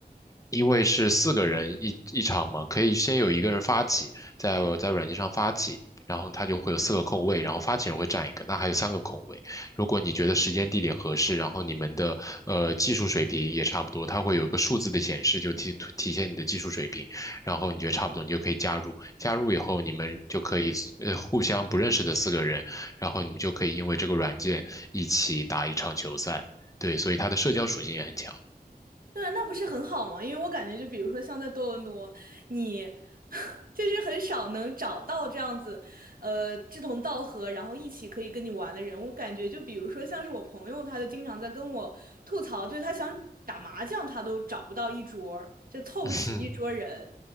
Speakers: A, on the left; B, on the right.
A: 因为是四个人一一场嘛，可以先有一个人发起，在在软件上发起，然后他就会有四个空位，然后发起人会占一个，那还有三个空位，如果你觉得时间地点合适，然后你们的呃技术水平也差不多，它会有一个数字的显示，就体体现你的技术水平。然后你觉得差不多，你就可以加入。加入以后，你们就可以呃互相不认识的四个人，然后你们就可以因为这个软件一起打一场球赛。对，所以它的社交属性也很强。
B: 对，那不是很好吗？因为我感觉，就比如说像在多伦多，你 <laughs> 就是很少能找到这样子，呃，志同道合，然后一起可以跟你玩的人。我感觉，就比如说像是我朋友，他就经常在跟我吐槽，就是他想打麻将，他都找不到一桌儿就凑不齐一桌人。
A: <laughs>